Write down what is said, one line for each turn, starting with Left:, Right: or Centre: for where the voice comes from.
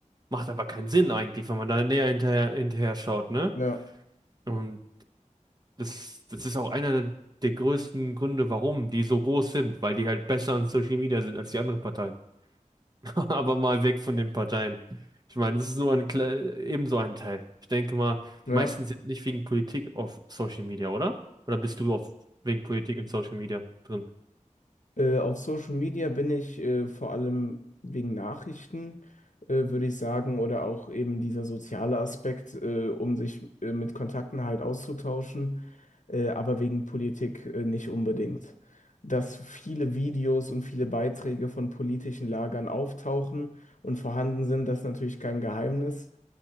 Right: macht aber keinen Sinn eigentlich, wenn man da näher hinterher, hinterher schaut, ne?
Left: Ja,
Right: Und das, das ist auch einer der der größten Gründe, warum die so groß sind, weil die halt besser an Social Media sind als die anderen Parteien. <laughs> Aber mal weg von den Parteien. Ich meine, das ist nur ein, kle- ebenso ein Teil. Ich denke mal, die
Left: ja.
Right: meisten sind nicht wegen Politik auf Social Media, oder? Oder bist du auf, wegen Politik in Social Media drin?
Left: Äh, auf Social Media bin ich äh, vor allem wegen Nachrichten, äh, würde ich sagen, oder auch eben dieser soziale Aspekt, äh, um sich äh, mit Kontakten halt auszutauschen, äh, aber wegen Politik äh, nicht unbedingt. Dass viele Videos und viele Beiträge von politischen Lagern auftauchen und vorhanden sind, das ist natürlich kein Geheimnis.